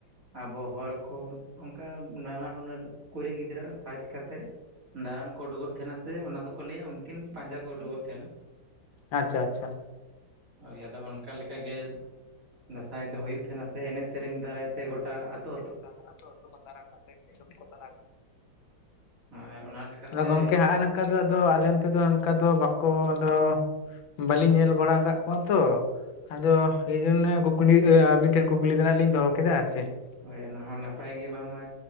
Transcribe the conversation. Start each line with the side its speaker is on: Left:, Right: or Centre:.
Right: ᱟᱵᱚ ᱦᱚᱲᱼᱼ ᱚᱱᱠᱟ ᱱᱟᱱᱟ ᱦᱩᱱᱟᱹᱨ ᱠᱩᱲᱤ ᱜᱤᱫᱽᱨᱟᱹ ᱥᱟᱪ ᱠᱟᱛᱮᱫ ᱫᱟᱬᱟᱱ ᱠᱚ ᱩᱰᱩ ᱠᱚᱜᱼᱼ ᱛᱟᱦᱮᱱᱟ ᱥᱮ ᱚᱱᱟ ᱫᱚᱠᱚ ᱞᱟᱹᱭᱟ ᱩᱱᱠᱤᱱ ᱯᱟᱸᱡᱟ ᱠᱚ ᱩᱰᱩᱠᱚᱜ ᱛᱟᱸᱦᱮᱱᱟ᱾
Left: ᱟᱪᱪᱷᱟ ᱟᱪᱪᱷᱟ
Right: ᱦᱳᱭ ᱟᱫᱚ ᱚᱱᱠᱟ ᱞᱮᱠᱟ ᱜᱮ ᱫᱟᱸᱥᱟᱭ ᱫᱚ ᱦᱩᱭᱩᱜ ᱛᱟᱸᱦᱮᱱᱟ ᱥᱮ ᱮᱱᱮᱡ ᱥᱮᱨᱮᱧ ᱫᱟᱨᱟᱭᱛᱮ ᱜᱚᱴᱟ ᱟᱹᱛᱩᱼᱼ
Left: ᱜᱚᱴᱟ ᱟᱹᱛᱩ ᱟᱹᱛᱩ ᱠᱚ ᱫᱟᱬᱟᱱᱟ, ᱫᱮᱥ ᱫᱤᱥᱚᱢ ᱠᱚ ᱫᱟᱬᱟᱱᱟ᱾
Right: ᱟᱨ ᱚᱱᱟ ᱞᱮᱠᱟᱛᱮ
Left: ᱚᱸᱻ ᱜᱚᱝᱠᱮ ᱦᱟᱸᱜᱼᱼ ᱟᱨ ᱱᱚᱝᱠᱟ ᱫᱚ ᱟᱫᱚ ᱟᱞᱮ ᱚᱱᱛᱮ ᱫᱚ ᱚᱱᱠᱟ ᱫᱚ ᱵᱟᱠᱚ ᱟᱫᱚ ᱵᱟᱹᱞᱤᱧ ᱧᱮᱞ ᱵᱟᱲᱟ ᱟᱠᱟᱫ ᱠᱚᱣᱟ ᱛᱚ ᱾ ᱟᱫᱚ ᱮᱭ ᱡᱚᱱᱱᱮ ᱠᱩᱠᱞᱤ ᱟᱹᱵᱤᱱ ᱴᱷᱮᱱ ᱠᱩᱠᱞᱤ ᱫᱚ ᱱᱟᱦᱟᱜ ᱞᱤᱧ ᱫᱚᱦᱚ ᱠᱮᱫᱟ ᱟᱨ ᱪᱮᱫ ᱾
Right: ᱦᱳᱭ ᱚᱱᱟ ᱦᱚᱸ ᱱᱟᱯᱟᱭ ᱜᱮ ᱵᱟᱝᱢᱟ